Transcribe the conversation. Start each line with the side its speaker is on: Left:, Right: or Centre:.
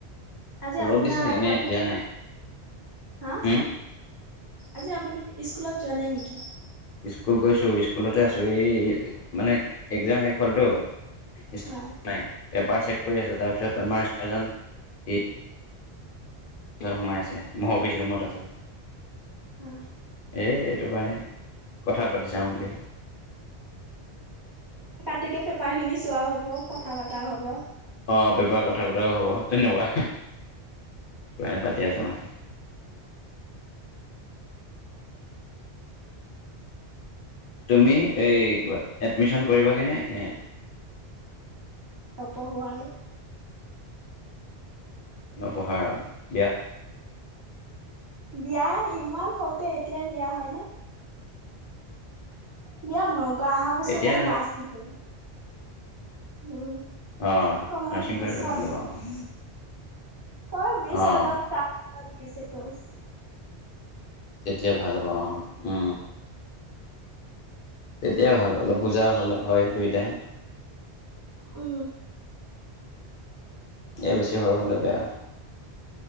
Right: আজি
Left: ৰ'দ
Right: আপোনাৰ
Left: দিছে নেকি? নে
Right: আপুনি
Left: দিয়া নাই উ।
Right: হা আজি আপুনি স্কুলত যোৱা নাই নেকি?
Left: স্কুল গৈছোঁ। স্কুলতে আছোঁ। এই মানে একজাম শেষ হ'লতো। ইচ
Right: হয়,
Left: নাই। পেপাৰ চেক কৰি আছোঁ। তাৰপিছত আমাৰ চাৰজন, ই। কিহত সোমাই আছে? মই অফিচ ৰুমত আছোঁ।
Right: উ।
Left: এ এটো কাৰণে কথা পাতি চাওঁ বুলি।
Right: গতিকে পেপাৰ খিনি চোৱাও হ'ব, কথা পাতাও হ'ব।
Left: অ' পেপাৰ কথা বতৱাও হ'ব তেনেকুৱা। মাই পাতি আছে মানে। তুমি এই কিবা এডমিশন কইবাগে নে, নে
Right: নপঢ়ো আৰু।
Left: নপঢ়াৰ।
Right: বিয়া ইমান সৰুতে, এতিয়াই বিয়া হয় নে? বিয়া নহয় গ আহা বছলে
Left: এতিয়াই
Right: নাচ শিকিম। উম,
Left: আহ,
Right: কমেও
Left: নাৰছিং
Right: বিশ
Left: কৰিলে ভাল হব।
Right: কই মিচ
Left: অঁ
Right: হৈ লক তাপা বিছ, একৈছ।
Left: তেতিয়া ভাল হ'ব অ', উ। তিয়া ভাল অলপ বুজা হ'ল, হয় দুইটাই।
Right: উ।
Left: এ বেছি সৰু হ'লে বেয়া।